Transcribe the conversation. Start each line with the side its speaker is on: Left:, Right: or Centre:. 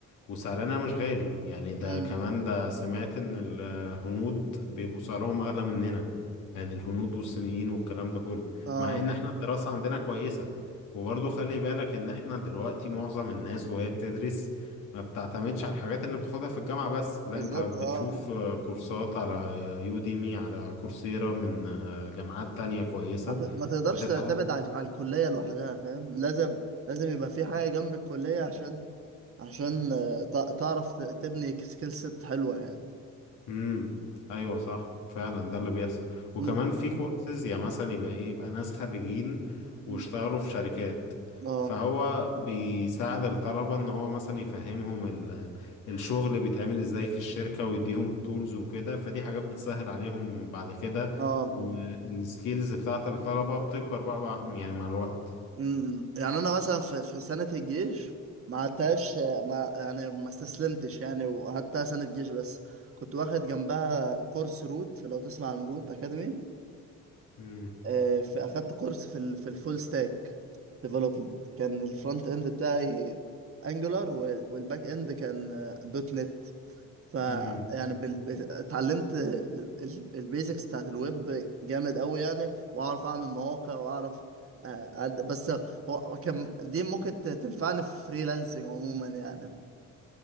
Left: وسعرنا مش غالي يعني ده
Right: امم
Left: كمان ده سمعت ان الهنود بيبقوا سعرهم اغلى مننا يعني الهنود والصينيين والكلام ده كله
Right: اه
Left: مع ان احنا الدراسة عندنا كويسة وبرضه خلي بالك ان احنا دلوقتي معظم الناس وهي بتدرس ما بتعتمدش على الحاجات اللي بتاخدها في الجامعة بس لا
Right: بالظبط
Left: انت بتشوف
Right: اه
Left: آه، كورسات على يوديمي على كورسيرا من آه، جامعات تانية كويسة
Right: ما ت- ما تقدرش
Left: وتتعلم
Right: تعتمد على على الكلية لوحدها فاهم لازم لازم يبقى في حاجة جنب الكلية عشان عشان آه، تع- تعرف ت- تبني سكيل سيت حلوة يعني
Left: امم ايوه صح فعلا ده اللي بيحصل وكمان
Right: امم
Left: في كورسز يا مثلا يبقى ايه يبقى ناس خريجين
Right: أمم.
Left: واشتغلوا في شركات
Right: اه
Left: فهو بيساعد الطلبة ان هو مثلا يفهمهم ال- الشغل بيتعمل ازاي في الشركة ويديهم التولز وكده فدي حاجات بتسهل عليهم بعد كده
Right: اه أمم.
Left: والسكيلز بتاعت الطلبة بتكبر بقى, بقى يعني مع الوقت
Right: أمم. يعني انا مثلا في في سنة الجيش ما عدتهاش آه، ما يعني ما استسلمتش يعني وقعدتها سنة جيش بس كنت واخد جنبها كورس روت لو تسمع عن روت اكاديمي
Left: امم
Right: آه، في اخدت كورس في ال- في الفول ستاك ديفلوبمنت كان الفرونت اند بتاعي انجولار والباك اند كان دوت نت ف
Left: امم
Right: يعني بال... اتعلمت البيزكس بتاعت الويب جامد قوي يعني واعرف اعمل مواقع واعرف آه، أد- بس هو كان دي ممكن ت- تنفعني في فريلانسنج عموما يعني